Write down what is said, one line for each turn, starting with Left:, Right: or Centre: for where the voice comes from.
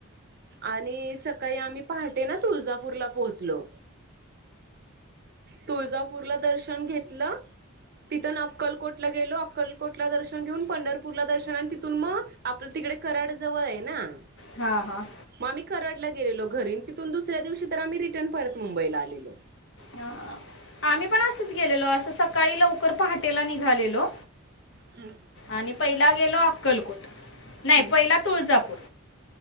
Right: आणि सकाळी आम्ही पहाटे नां तुळजापूरला पोहोचलो. तुळजापूरला दर्शन घेतलं तिथून अक्कलकोटला गेलो, अक्कलकोटला दर्शन घेऊन, पंढरपूरला दर्शन आणि तिथून म आपलं तिकडे कराड जवळायं नां
Left: हां हां.
Right: म आम्ही करडला गेलेलो घरी, तिथून दुसऱ्या दिवशी तर आम्ही रिटर्न परत मुंबईला आलेलो.
Left: हां. आम्ही पण असंच गेलेलो, असं सकाळी लवकर पहाटेला निघालेलो
Right: हां.
Left: आणि पहिला गेलो अक्कलकोट, नाय
Right: हम्म
Left: पहिला तुळजापूर